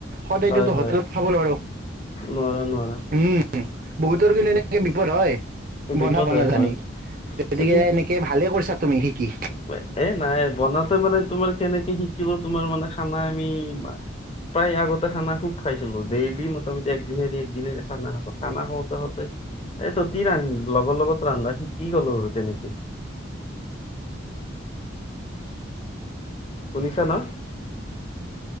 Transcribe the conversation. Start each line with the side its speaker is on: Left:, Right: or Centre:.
Right: সদায়টো
Left: হয়, হয়,
Right: হোটেলত খাব নোৱাৰোঁ।
Left: নোৱাৰা, নোৱাৰা।
Right: উমঁ, বহুতৰ কিন্তু এনে বিপদ হয়। বনাব
Left: বিপদ হয়,
Right: নাজানি
Left: হয়।
Right: গতিকে
Left: এই
Right: এনেকে ভালে কৰিছা তুমি শিকি।
Left: মে, এ নাই। বনাওতে মানে তোমাৰ কেনেকে শিকিলোঁ, তোমাৰ মানে খানা আমি মা- প্ৰায় আগতে খানা খুব খাইছিলোঁ। ডেইলি মোটামটি একদিন এৰি একদে খানা খ। খানা খাওঁতে খাওঁতে- এই ত' তি ৰান, লগৰ লগত ৰান্ধা শিকি গলোঁ আৰু তেনেকে। শুনিছা ন?